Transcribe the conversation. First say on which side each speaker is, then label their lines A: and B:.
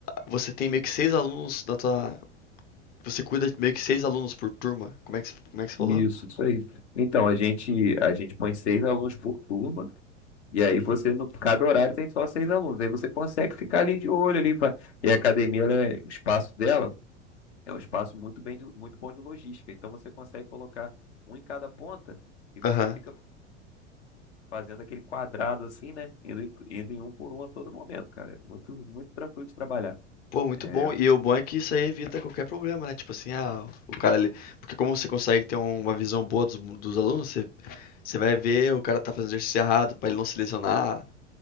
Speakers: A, on the left (about 25°); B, on the left (about 65°).
A: você tem meio que seis alunos na tua. Você cuida de meio que seis alunos por turma. Como é que, você- como é que você falou?
B: Isso, isso aí. Então, a gente, a gente põe seis alunos por turma, e aí
A: Uhum.
B: você, no, cada horário tem só seis alunos, aí você consegue ficar ali de olho ali, pra- e a academia, ela é- o espaço dela é um espaço muito bem, de- muito bom de logística, então você consegue colocar um em cada ponta, e você
A: Aham.
B: fica fazendo aquele quadrado assim, né? Indo em, indo em um por um a todo momento, cara. É Muito, muito tranquilo de trabalhar.
A: Pô, muito
B: É,
A: bom. E o bom é que isso aí evita qualquer problema, né? Tipo assim, ah, o cara ali. Porque como você consegue ter um, uma visão boa dos, dos alunos, você, você vai ver o cara tá fazendo exercício errado pra ele não se lesionar.